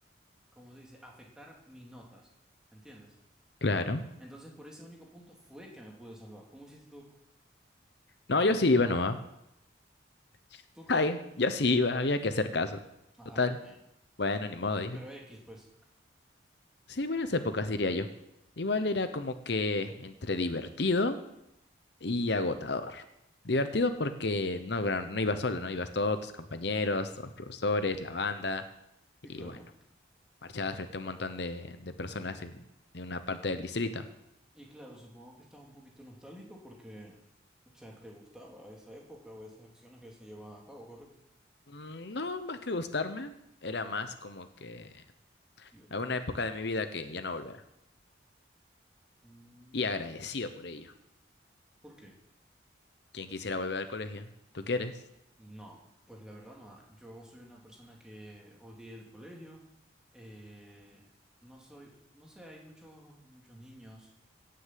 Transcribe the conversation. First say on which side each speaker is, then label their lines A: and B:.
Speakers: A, in the centre; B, on the left.
A: ¿cómo se dice?, afectar mis notas, ¿entiendes?
B: claro.
A: Entonces, por ese único punto fue que me pude salvar. ¿Cómo hiciste tú?
B: No, yo sí iba nomás. <laughs>
A: ¿Tú qué?
B: Ay, yo sí iba, había que hacer caso.
A: Ay,
B: Total.
A: man.
B: Bueno, ni modo, dije.
A: Pero X, pues.
B: Sí, buenas épocas, diría yo. Igual era como que entre divertido. y agotador. Divertido porque no, gra- no ibas solo, ¿no? Ibas todos tus compañeros, los profesores, la banda, y
A: Sí, claro.
B: bueno, marchabas frente a un montón de, de personas en- de una parte del distrito.
A: Y claro, supongo que estás un poquito nostálgico porque, o sea, te gustaba esa época o esas acciones que se llevaban a cabo, ¿correcto?
B: Mm, No, más que gustarme, era más como que
A: Divertido.
B: alguna época de mi vida que ya no volverá.
A: Mm.
B: Y agradecido por ello.
A: ¿Por qué?
B: ¿Quién quisiera volver al colegio? ¿Tú quieres?
A: No, pues la verdad no. ah, Yo soy una persona que odié el colegio. eh, no soy, no sé, hay muchos, muchos niños